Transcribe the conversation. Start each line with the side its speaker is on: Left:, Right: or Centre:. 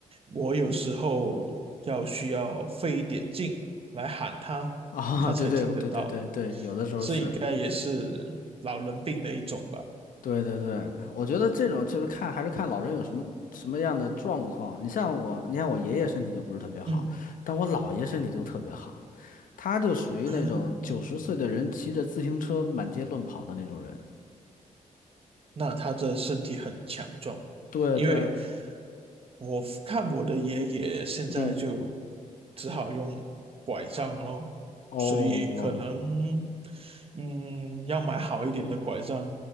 Right: 我有时候要需要费一点劲来喊他，
Left: <laughs> 啊，
Right: 他才听得到，
Left: 对对，对对对对，有的时候是，
Right: 应该也是老人病的一种吧。
Left: 对对对，我觉得这种就是看还是看老人有什么什么样的状况。你像我，你看我爷爷身体就不是特别好，
Right: 嗯
Left: 但我姥爷身体就特别好，他就属于那种九十岁的人骑着自行车满街乱跑的那种人。
Right: 啊，那他的身体很强壮，
Left: 对对，
Right: 因为我看我的爷爷现在就
Left: 嗯。
Right: 只好用拐杖咯，
Left: 哦
Right: 所以可能
Left: 哦，
Right: 嗯要买好一点的拐杖，